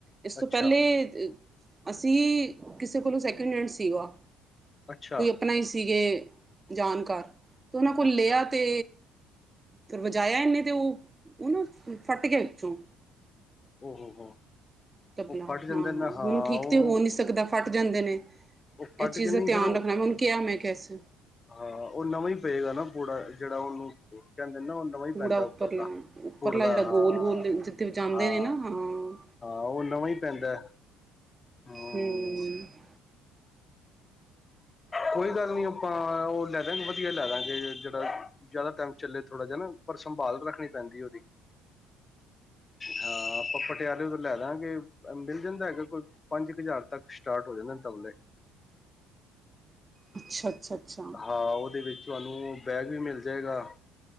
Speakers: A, on the right; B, on the left.
A: ਇਸ ਤੋਂ
B: ਅੱਛਾ
A: ਪਹਿਲੇ ਅਸੀਂ ਕਿਸੇ ਕੋਲੋਂ ਸੈਕਿੰਡ ਹੈਂਡ ਸੀਗਾ।
B: ਅੱਛਾ
A: ਕੋਈ ਆਪਣਾ ਹੀ ਸੀਗੇ ਜਾਣਕਾਰ ਓ ਲਿਆ
B: ਅੱਛਾ
A: ਤੇ ਫੇਰ ਵਜਾਇਆ ਇਹਨੇ ਤੇ ਉਹ ਉਹ ਨਾ ਫੱਟ ਗਿਆ ਵਿੱਚੋਂ
B: ਓ ਹੋ ਹੋ।
A: ਤਬਲਾ
B: ਉਹ ਫਟ ਜਾਂਦਾ
A: ਹਾਂ
B: ਨਾ ਹਾਂ
A: ਹੁਣ ਠੀਕ
B: ਉਹ
A: ਤੇ ਹੋ ਨੀ ਸਕਦਾ। ਫੱਟ ਜਾਂਦੇ ਨੇ,
B: ਉਹ ਫਟ
A: ਇਸ ਚੀਜ਼
B: ਕੇ ਨਹੀਂ
A: ਦਾ ਧਿਆਨ
B: ਫੇਰ ਉਹ
A: ਰੱਖਣਾ ਉਹਨੂੰ ਕਿਹਾ ਮੈਂ ਇਸ
B: ਹਾਂ ਉਹ ਨਵਾਂ ਹੀ ਪਏਗਾ ਨਾ ਪੂਰਾ ਜਿਹੜਾ ਉਹਨੂੰ ਕਹਿੰਦੇ ਨਾ ਉਹ ਨਵਾਂ ਹੀ
A: ਪੂੜਾ
B: ਪੈਂਦਾ ਉੱਪਰਲਾ
A: ਉੱਪਰਲਾ
B: ਪੂਰ ਦਾ
A: ਜਿਹੜਾ
B: ਹਾਂ
A: ਗੋਲ ਗੋਲ ਜਿੱਥੇ ਜਾਂਦੇ
B: ਹਾਂ
A: ਨੇ ਨਾ ਹਾਂ
B: ਹਾਂ ਉਹ ਨਵਾਂ ਈ ਪੈਂਦਾ। ਹਮ
A: ਹੂ <unintelligible>
B: ਕੋਈ ਗੱਲ ਨੀ ਆਪਾਂ ਉਹ ਲੈ ਦਾਗੇ ਵਧੀਆ ਲੈ ਦਾਂਗੇ ਜਿਹੜਾ ਜ਼ਿਆਦਾ ਟਾਈਮ ਚੱਲੇ ਥੋੜ੍ਹਾ ਜਿਹਾ ਨਾ ਪਰ ਸੰਭਾਲ ਰੱਖਣੀ ਪੈਂਦੀ ਉਹਦੀ ਹਾਂ ਆਪਾਂ ਪਟਿਆਲੇ ਤੋਂ ਲੈ ਲਾਂਗੇ ਮਿਲ ਜਾਂਦਾ ਹੈਗਾ ਕੋਈ ਪੰਜ ਕ ਹਜ਼ਾਰ ਤੱਕ ਸਟਾਰਟ ਹੋ ਜਾਂਦੇ ਤਬਲੇ
A: ਅੱਛਾ, ਅੱਛਾ, ਅੱਛਾ ਹੂੰ
B: ਹਾਂ ਉਹਦੇ ਵਿੱਚ ਤੁਹਾਨੂੰ ਬੈਗ ਵੀ ਮਿਲ ਜਾਏਗਾ